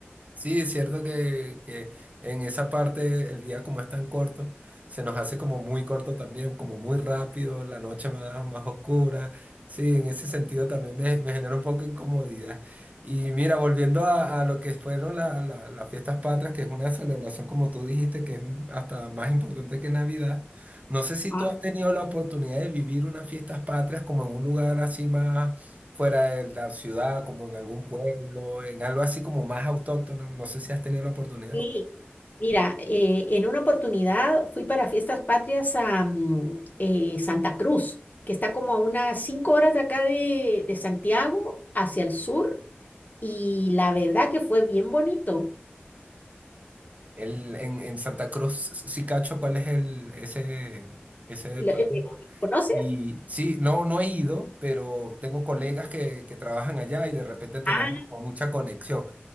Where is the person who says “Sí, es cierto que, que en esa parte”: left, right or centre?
Right